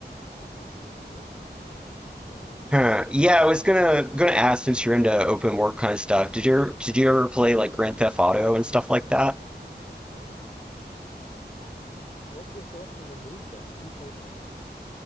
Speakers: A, on the left; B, in the centre.
A: sandbox game as well, but uh, on the
B: Huh.
A: streets.
B: Yeah, I was gonna gonna ask since you're into open world kind of stuff. Did you did
A: Mm,
B: you ever play like Grand Theft Auto and stuff like that?
A: yes, yes. Uh, uh, what's your thoughts on the news though? Have you played them?